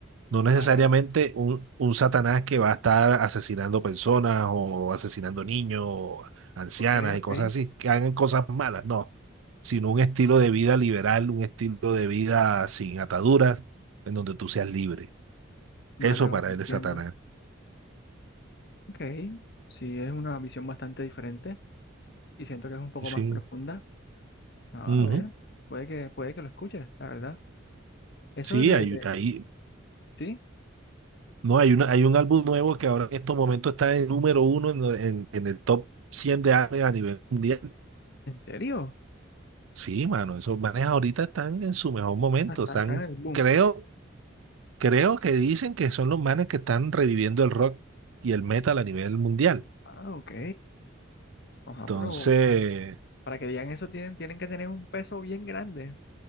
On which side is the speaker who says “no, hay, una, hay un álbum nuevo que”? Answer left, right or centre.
Right